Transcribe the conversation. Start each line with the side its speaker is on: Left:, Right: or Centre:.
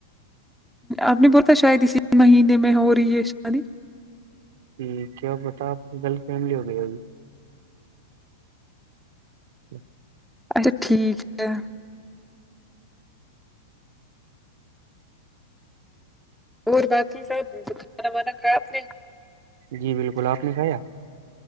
Centre: آپ نے بولتا شاید اسی مہینے میں ہو رہی ہے شادی
Right: جی کیا بتا آپ غلط فیمی ہو گئی ہوگی ہی
Centre: اچھا ٹھیک ہے اور باقی سب کھانا وانا خراب نے
Right: جی بالکل آپ نے کایا